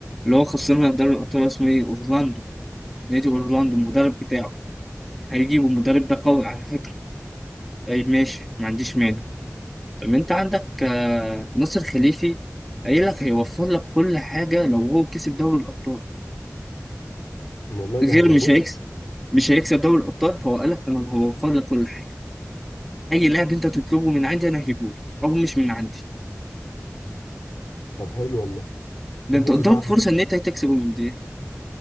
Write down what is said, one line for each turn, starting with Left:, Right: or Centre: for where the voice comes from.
Centre: اللي هو خسرنا دوري الأبطال اسمه إيه أورلاندو نادي اورلاندو المدرب بتاعه هيجيبوا المدرب ده قوي على فكره اي ماشي ما عنديش مانع طب انت عندك آه، ناصر خليفي قايل لك هيوفر لك كل حاجه لو هو كسب دوري الابطال
Left: والله
Centre: غير
Left: دي حقيقه
Centre: مش
Left: بص
Centre: هيكسب مش هيكسب دوري الابطال فهو قال لك انا هوفر لك كل حاجه اي لاعب انت تطلبه من عندي انا هجيبه لك او مش من عندي
Left: طب حلو والله طب
Centre: ده انت
Left: بص
Centre: قدامك
Left: يا صاحبي
Centre: فرصه ان انت تكسب المونديال